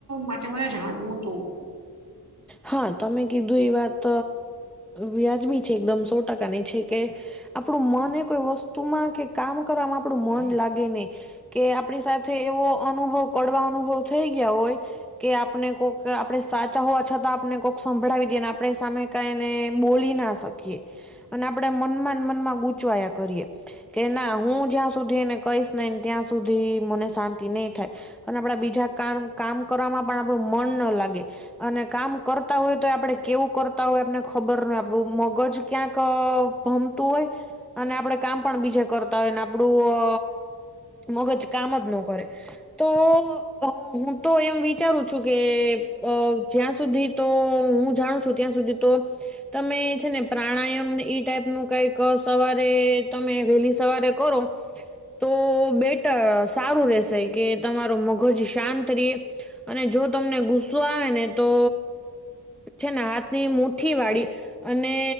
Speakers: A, on the right (about 45°); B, in the centre.
A: માટે મને જાણવું તું
B: હા તમે કીધું એ વાત વ્યાજબી છે એકદમ સો ટકાની છે કે આપણું મને એ કોઈ વસ્તુમાં કે કામ કરવામાં આપણું મન લાગે નહી. કે આપણી સાથે એવો અનુભવ કડવા અનુભવ થઈ ગયા હોય કે આપણે કોઈક આપણે સાચ હોવા છતાં આપને કોઈક સંભળાવી દઈએ ને આપણે સામે કઈને બોલી ના શકીએ અને આપણેે મનમાં ને મનમાં ગૂંચવાયા કરીએ. કે ના હું જ્યાં સુધી એને કહીશ નઈ ને ત્યાં સુધી મને શાંતિ નહી થાય અને આપડા બીજા કામ કામ કરવામાં પણ આપણું મન ન લાગે. અને કામ કરતા હોય તો આપડે કેવું કરતા હોય આપને ખબર ન આપણું મગજ ક્યાંક ભમતું હોય અને આપડે કામ પણ બીજા કરતા હોય ને આપડું અ મગજ કામ જ નો કરે તો હું તો એમ વિચારું છું કે અ જ્યાં સુધી તો હું જાણું છું ત્યાં સુધી તો તમે છે ને પ્રાણાયામને ઈ ટાઈપ નું કઈક સવારે તમે વહેલી સવારે કરો તો બેટર સારું રશે કે તમારો મગજ શાંત રે અને જો તમને ગુસ્સો આવે ને તો છે ને હાથની મુઠી વાળી અને